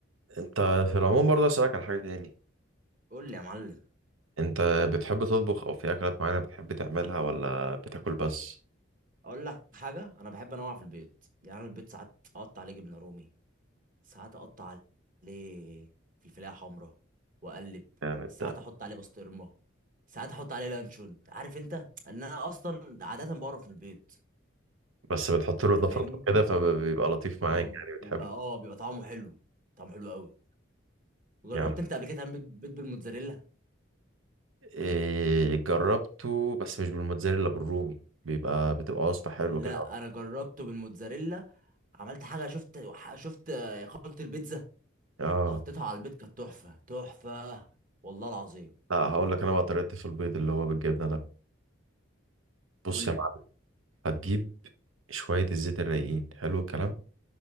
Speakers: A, on the right; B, on the right.
A: أنت في العموم برضه أسألك على حاجة تاني
B: قول لي يا معلم
A: أنت بتحب تطبخ أو في أكلات معينة بتحب تعملها ولا بتاكل بس؟
B: اقول لك حاجة انا بحب انوع في البيض يعني أنا البيض ساعات اقطع عليه جبنة رومي ساعات اقطع عليه فلفلاية حمراء واقلب
A: جامد
B: ساعات
A: ده
B: احط عليه بسطرمة ساعات احط عليه لانشون عارف انت ان انا اصلا عادة بقرف من البيض
A: بس بتحط له
B: انت
A: اضافات
B: فاهمني
A: وكده فبيبقى لطيف معاك
B: اه
A: يعني بتحبه
B: بيبقى اه بيبقى طعمه حلو طعمه حلو قوي جربت
A: يعني
B: انت قبل كده تعمل بيض بيض بالموتزاريلا
A: إيه جربته بس مش بالموتزاريلا بالرومي بيبقى بتبقى وصفة حلوة
B: لا
A: كده
B: انا جربته بالموتزاريلا عملت حاجه شفت ح- شفت آه، خلطه البيتزا
A: اه
B: حطيتها على البيض كانت تحفه تحفه والله العظيم
A: لا هقول لك انا بقى طريقتي في البيض اللي هو بالجبنة ده بص
B: قول
A: يا
B: لي
A: معلم هتجيب شوية الزيت الرايقين حلو الكلام